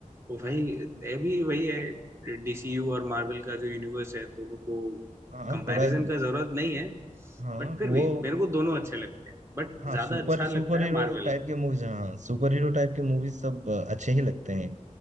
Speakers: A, on the right; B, on the right.
A: वो भाई अभी वही है डीसीयू और मार्वल का जो यूनिवर्स है दोनों को
B: हाँ
A: कंपैरिजन
B: थोड़ा
A: का जरूरत नहीं है
B: हाँ
A: बट फिर
B: वो
A: भी मेरे को दोनों अच्छे लगते हैं बट
B: हाँ
A: ज्यादा
B: सुपर
A: अच्छा
B: सुपर
A: लगता है
B: हीरो
A: मार्वल
B: टाइप के मूवीज हाँ सुपर हीरो टाइप के मूवीज सब अ, अच्छे ही लगते हैं